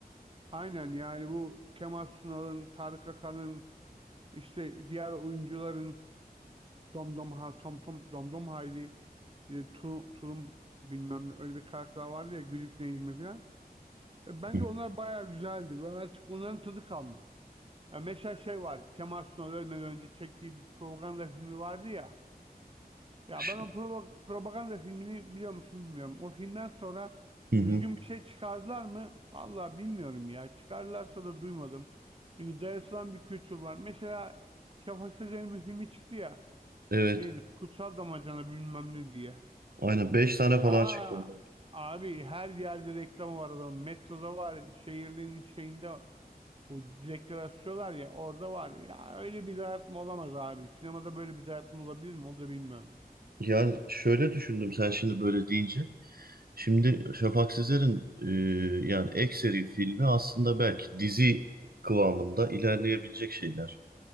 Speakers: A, on the right (about 35°); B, on the right (about 65°).
A: Aynen yani bu Kemal Sunal'ın, Tarık Akan'ın, işte diğer oyuncuların Domdom ha Tom Tom Domdom Hayri bir de Tu- Tulum bilmem ne öyle bir karakter vardı ya Güdük Necmi falan. E, bence
B: Hı hı.
A: onlar bayağı güzeldi ve artık onların tadı kalmadı. Ya mesela şey vardı Kemal Sunal ölmeden önce çektiği bir propaganda filmi vardı ya. Ya
B: Ş-
A: ben o propa- propaganda filmini biliyor musun bilmiyorum. O filmden sonra
B: hı hı.
A: düzgün bir şey çıkardılar mı? Vallahi bilmiyorum ya. Çıkardılarsa da duymadım. Çünkü dayatılan bir kültür var. Mesela Şafak Sezer'in bir filmi çıktı ya.
B: Evet.
A: Neydi? Kutsal damacana bilmem ne diye.
B: Aynen 5 tane falan
A: Aa
B: çıktı ondan.
A: abi her yerde reklam var adamın. Metroda var. Şehirlerin şeyinde o direkleri asıyorlar ya orada var. Ya öyle bir dayatma olamaz abi. Sinemada böyle bir dayatma olabilir mi? Onu da bilmiyorum.
B: Yani şöyle düşündüm sen şimdi böyle deyince. Şimdi Şafak Sezer'in e, yani ek seri filmi aslında belki dizi kıvamında ilerleyebilecek şeyler.